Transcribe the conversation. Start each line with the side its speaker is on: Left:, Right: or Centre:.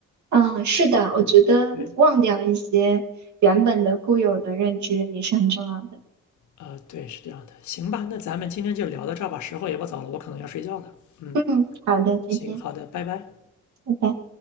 Right: 嗯，是的，我觉得忘掉一些原本的固有的认知也是很重要的。
Left: 对，对，啊，对，是这样的。行吧，那咱们今天就聊到这儿吧，时候也不早了，我可能要睡觉了。嗯，
Right: 嗯，好的，再见，
Left: 行，好的，拜拜。
Right: 拜拜。